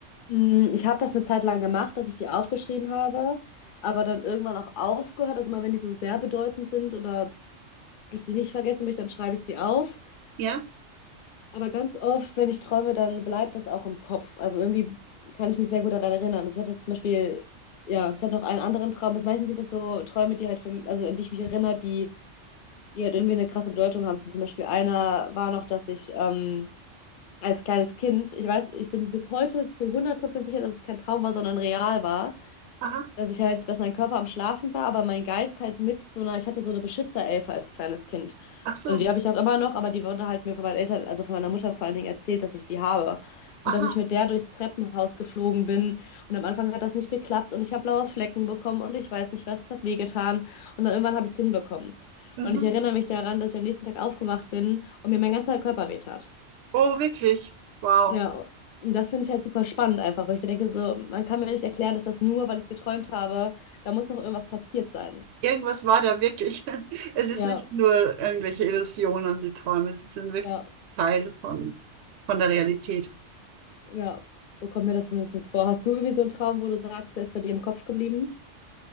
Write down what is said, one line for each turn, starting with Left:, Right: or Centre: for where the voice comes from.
Left: Mm, Ich habe das eine Zeit lang gemacht, dass ich die aufgeschrieben habe, aber dann irgendwann auch aufgehört. Also mal, wenn die so sehr bedeutend sind oder ich sie nicht vergessen möchte, dann schreibe ich sie auf.
Right: Ja?
Left: Aber ganz oft, wenn ich träume, dann bleibt das auch im Kopf. Also irgendwie kann ich mich sehr gut daran erinnern. Also ich hatte zum Beispiel, ja, ich hatte noch einen anderen Traum. Also meistens sind das so Träume, die halt für, also an die ich mich erinnere, die, die halt irgendwie eine krasse Bedeutung haben. Zum Beispiel einer war noch, dass ich ähm, als kleines Kind, ich weiß, ich bin bis heute zu hundert Prozent sicher, dass es kein Traum war, sondern real war.
Right: Aha.
Left: dass ich halt, dass mein Körper am Schlafen war, aber mein Geist halt mit so einer, ich hatte so eine Beschützerelfe als kleines Kind.
Right: Ach so.
Left: Also die habe ich auch immer noch, aber die wurde halt mir von meinen Eltern, also von meiner Mutter vor allen Dingen erzählt, dass ich die habe.
Right: Aha.
Left: Und dass ich mit der durchs Treppenhaus geflogen bin. Und am Anfang hat das nicht geklappt und ich habe blaue Flecken bekommen und ich weiß nicht was, es hat wehgetan. Und dann irgendwann habe ich es hinbekommen.
Right: Mhm.
Left: Und ich erinnere mich daran, dass ich am nächsten Tag aufgewacht bin und mir mein ganzer Körper wehtat.
Right: Oh, wirklich. Wow.
Left: Ja, und das finde ich halt super spannend einfach, weil ich mir denke, so, man kann mir nicht erklären, dass das nur, weil ich es geträumt habe, da muss noch irgendwas passiert sein.
Right: Irgendwas war da wirklich. <laughs> Es
Left: Ja,
Right: ist nicht nur irgendwelche Illusionen, die Träume. Es ist ein wirklich
Left: ja,
Right: Teil von, von der Realität.
Left: ja, so kommt mir das zumindest vor. Hast du irgendwie so einen Traum, wo du sagst, der ist bei dir im Kopf geblieben?